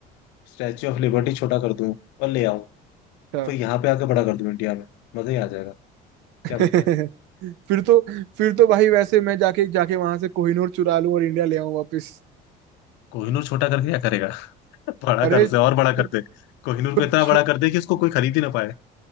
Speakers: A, on the left; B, on the right.
A: स्टैच्यू ऑफ लिबर्टी छोटा कर दूं और ले आऊं
B: अच्छा
A: फिर यहाँ पे आके बड़ा कर दूं इंडिया में मजा ही आ जाएगा
B: <laughs>
A: क्या बोलता है
B: फिर तो फिर तो भाई वैसे मैं जाके जाके वहां से कोहिनूर चुरा लूं और इंडिया ले आऊं वापस
A: कोहिनूर छोटा करके क्या करेगा <laughs> बड़ा
B: अरे
A: कर उसे
B: खुद
A: और बड़ा कर दे कोहिनूर
B: खुद
A: को इतना
B: छु-
A: बड़ा कर दे कि उसको कोई खरीद ही ना पाए